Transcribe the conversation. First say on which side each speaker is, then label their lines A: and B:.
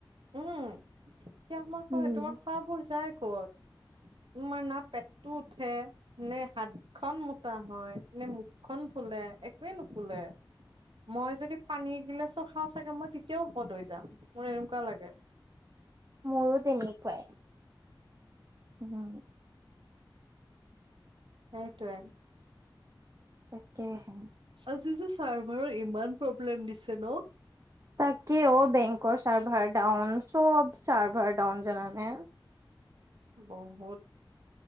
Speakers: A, on the right; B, on the right.
A: উম! হিয়াক মই কও!
B: উম
A: তোমাৰ খোৱাবোৰ যায় ক'ত? তোমাৰ না পেটটো উঠে, নে হাতখন মোটা হয়, নে মুখখন ফুলে, একোৱেই নুফুলে। মই যদি পানী এগিলাচো খাওঁ চাগে! মই তেতিয়াও শকত হৈ যাম, মোৰ এনেকুৱা লাগে।
B: মোৰো তেনেকুৱাই, উম!
A: সেইটোয়ে!
B: তাকেহে
A: আজি, যে চাৰ্ভাৰৰ ইমান প্ৰব্লেম দিছে অ।
B: তাকে, অ বেংকৰ চাৰ্ভাৰ ডাউন, চব চাৰ্ভাৰ ডাউন জানানে?
A: বহুত